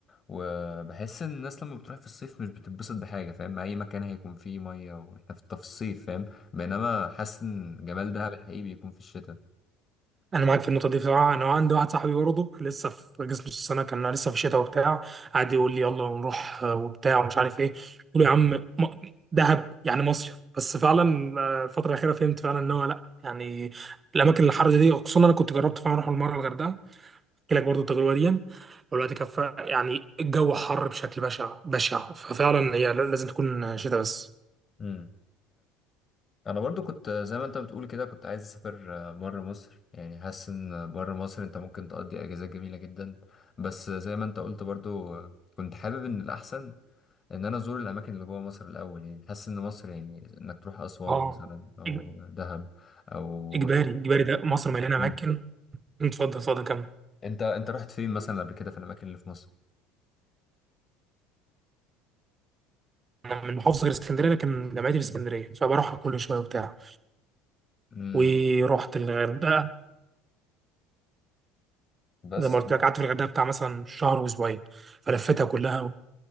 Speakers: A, on the left (about 30°); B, on the right (about 25°).
A: وبحس ان الناس لما بتروح في الصيف مش بتتبسط بحاجه فاهم مع اي مكان هيكون فيه ميه واحنا في الصيف فاهم بينما حاسس ان جمال دهب الحقيقي بيكون في الشتاء
B: انا معاك في النقطه دي بصراحه انا عندي واحد صاحبي برضه لسه في جسم نص السنه كان لسه في الشتاء وبتاع قعد يقول لي يلا نروح آه، وبتاع ومش عارف ايه قلت له يا عم م- دهب يعني مصيف بس فعلا آه، الفتره الاخيره فهمت فعلا ان هو لا يعني الاماكن الحر دي خصوصا انا كنت جربت فعلا اروح المره الغردقه احكي لك برضه التجربه دي والوقت كفى يعني الجو حر بشكل بشع بشع ففعلا هي لازم تكون شتاء بس
A: امم انا برضو كنت زي ما انت بتقول كده كنت عايز اسافر بره مصر يعني حاسس ان بره مصر انت ممكن تقضي اجازات جميله جدا بس زي ما انت قلت برضو كنت حابب ان الاحسن ان انا ازور الاماكن اللي جوه مصر الاول يعني حاسس ان مصر يعني انك تروح اسوان
B: اه
A: مثلا او
B: إج-
A: دهب او
B: اجباري اجباري ده مصر مليانه
A: مم.
B: اماكن اتفضل اتفضل كمل
A: انت انت رحت فين مثلا قبل كده في الاماكن اللي في مصر
B: انا من محافظه غير اسكندريه لكن جامعتي في اسكندريه فبروحها كل شويه وبتاع
A: امم
B: ورحت الغردقه
A: بس
B: زي ما قلت لك قعدت في الغردقه بتاع مثلا شهر واسبوعين فلفتها كلها